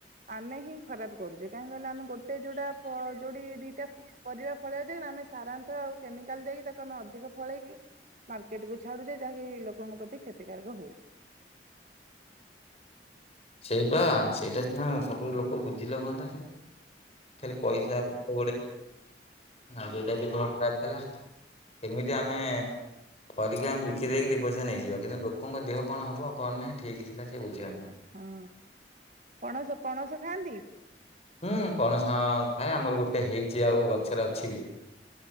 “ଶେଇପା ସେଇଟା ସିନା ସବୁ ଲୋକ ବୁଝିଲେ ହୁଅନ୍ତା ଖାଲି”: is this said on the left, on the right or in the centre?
Left